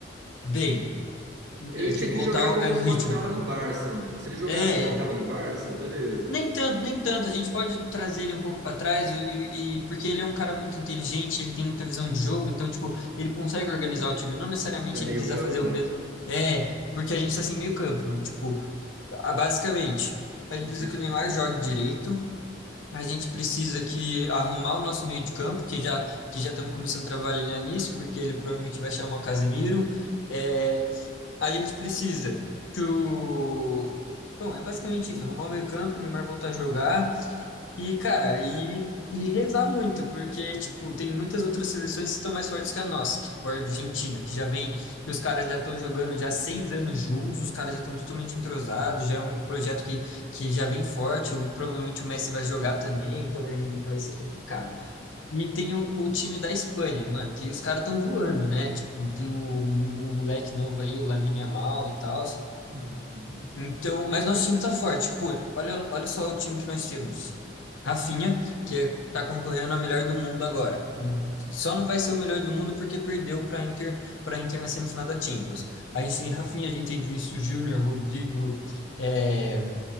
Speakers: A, on the left (about 85°); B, on the right (about 65°).
A: bem.
B: Ele
A: Ele
B: tinha
A: tem que
B: que
A: voltar
B: jogar
A: ao
B: como
A: ao ritmo.
B: quando tava no Barça, mano. Se ele jogasse
A: É,
B: igual
A: é.
B: tava no Barça, beleza.
A: nem tanto, nem tanto. A gente pode trazer ele um pouco para trás, e, e- porque ele é um cara muito inteligente, ele tem muita visão de jogo, então, tipo, ele consegue organizar o time. Não necessariamente
B: Pra meio
A: ele precisa
B: campo?
A: fazer o mesmo. É, porque a gente
B: Hum.
A: tá sem meio campo, né? Tipo, ah, basicamente, a gente
B: Entendi.
A: precisa que o Neymar jogue direito. A gente precisa que arrumar o nosso meio de campo, que já que já estamos começando a trabalhar nisso, porque ele provavelmente vai chamar o Casemiro. É, a gente precisa que o Bom, é basicamente isso, arrumar o meio campo, o Neymar voltar a jogar, e, cara, e, e rezar muito, porque, tipo, tem muitas outras seleções que estão mais fortes que a nossa, que, tipo, a Argentina, que já vem, que os caras já estão jogando já há seis anos juntos, os caras já estão totalmente entrosados, já é um projeto que, que já vem forte, o- provavelmente o Messi vai jogar também, então vai, vai ser complicado. E tem o, o time da Espanha, mano, que os caras estão voando, né? Tipo, tem o, um, o moleque novo aí, o Lamine Yamal e tal,
B: Uhum.
A: então, mas nosso time tá forte. Pô, olha, olha só o time que nós temos. Rafinha, que é- tá concorrendo a melhor do mundo agora. Hum, Só não vai ser o melhor do mundo porque perdeu para Inter, para Inter na semifinal da Champions.
B: Entendi.
A: A gente tem Rafinha, a gente tem Vinícius Júnior, Rodrigo, é,